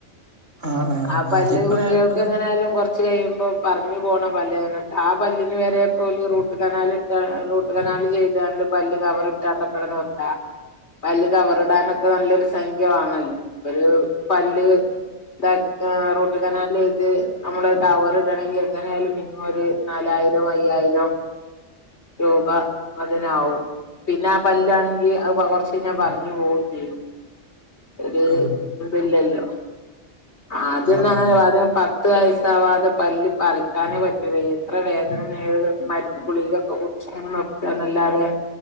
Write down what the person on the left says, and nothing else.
ആ പല്ല്
കുട്ടികൾക്ക്
എങ്ങനായാലും കൊറ ച്ച് കഴിയുമ്പോ പറഞ്ഞു പോണ പല്ല് എന്നിട്ട് ആ പല്ലിന് വരെ പോല് റൂട്ട് റൂട്ട് കനാൽ ഇട്ടാ റൂട്ട്രനാല് ചെയ്താണ്ട് പല്ല് കവർ ഇട്ടാണ്ടക്ക്ന്ന പല്ല് കവറിടാനൊക്കെ നല്ലൊരു സംഖ്യ ആണല്ലോ ഒരു പല്ല് ഇ് റൂട്ട് കനൽ ചെയ്ത് നമ്മള് ടവർ ഇടണങ്കിൽ എങ്ങനൊലും മിനിമം ഒരു നാലായിരം അയ്യായിരം രൂപ അതിനാവും പിന്നെ ആ പല്ലാണെങ്കിൽ അത് കൊറച്ചയുഞ്ഞാൽ പറഞ്ഞു പോവും ചെയ്യും ഒരു
ഇതില്ലല്ലോ ആദ്യന്നു
അങ്ങനെ
പത്ത് വയസ്സാവാതെ പല്ല് പറിക്കാനേ പറ്റില്ല എത്ര വേദന ഏത് മരുന്ന് ഗുളികൊക്കെ കുടിച്ച് ന്നല്ലാതെ